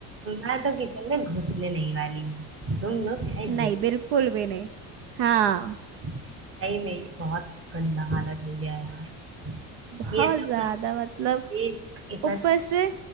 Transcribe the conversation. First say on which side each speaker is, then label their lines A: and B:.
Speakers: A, on the right; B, on the right.
A: मैं तो किचन में घुसने नहीं वाली हूँ तुम लोग चाहे
B: नहीं
A: जो
B: बिल्कुल भी नहीं हाँ
A: सही में बहुत गंदा हालत हो गया है यार
B: बहुत
A: ये सब
B: ज्यादा
A: ना
B: मतलब
A: ये इतना
B: ऊपर से